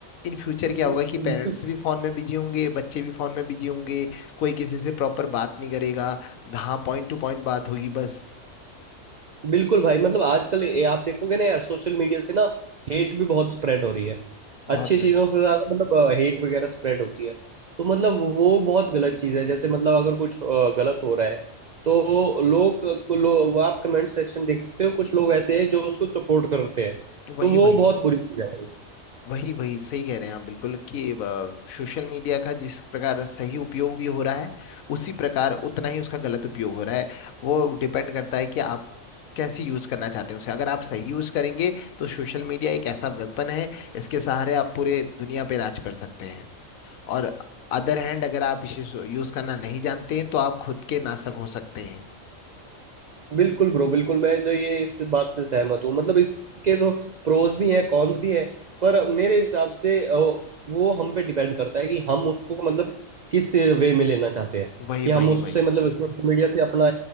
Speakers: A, on the left; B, on the right.
A: इन फ्यूचर
B: बिल्कुल
A: क्या होगा कि पेरेंट्स भी फोन में बिजी होंगे बच्चे भी फोन में बिजी होंगे कोई किसी से प्रॉपर बात नहीं करेगा हाँ पॉइंट टू पॉइंट बात होगी बस
B: बिल्कुल भाई मतलब आजकल ये आप देखोगे ना यार सोशल मीडिया से ना हेट भी बहुत स्प्रेड हो रही है
A: बहुत
B: अच्छी
A: से
B: चीजों से ज्यादा मतलब हेट वगैरह स्प्रेड होती है तो मतलब वो बहुत गलत चीज है जैसे मतलब अगर कुछ अ, गलत हो रहा है तो लोग लो, आप कमेंट सेक्शन देख सकते हो कुछ लोग ऐसे हैं जो उसको सपोर्ट करते हैं
A: वही
B: तो वो
A: वही
B: बहुत बुरी चीज है
A: वही वही सही कह रहे हैं आप बिल्कुल कि सोशल मीडिया का जिस प्रकार सही उपयोग भी हो रहा है उसी प्रकार उतना ही उसका गलत उपयोग हो रहा है वो डिपेंड करता है कि आप कैसे यूज करना चाहते हैं उसे अगर आप सही यूज करेंगे तो सोशल मीडिया एक ऐसा वेपन है इसके सहारे आप पूरे दुनिया पे राज कर सकते हैं और अदर हैंड अगर आप इसे यूज करना नहीं जानते हैं तो आप खुद के नासक हो सकते हैं
B: बिल्कुल ब्रो बिल्कुल मैं तो ये इस बात से सहमत हूँ मतलब इसके तो प्रोज भी हैं कॉन्स भी हैं पर मेरे हिसाब से अ, वो हम पे डिपेंड करता है कि हम उसको मतलब किस वे में लेना चाहते हैं
A: वही
B: कि हम
A: वही
B: उससे मतलब सोशल मीडिया से अपना